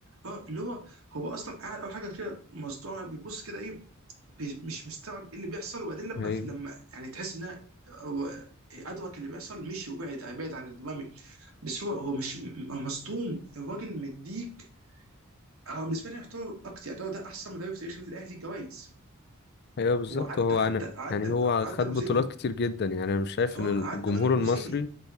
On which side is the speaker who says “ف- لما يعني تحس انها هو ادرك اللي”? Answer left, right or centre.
Right